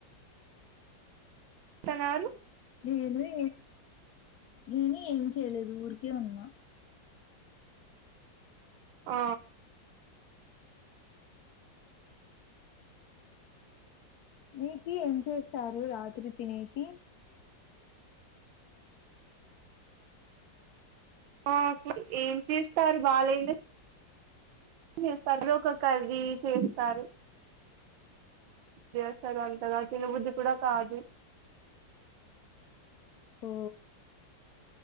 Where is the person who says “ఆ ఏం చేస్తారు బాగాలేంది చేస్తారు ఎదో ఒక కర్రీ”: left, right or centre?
Right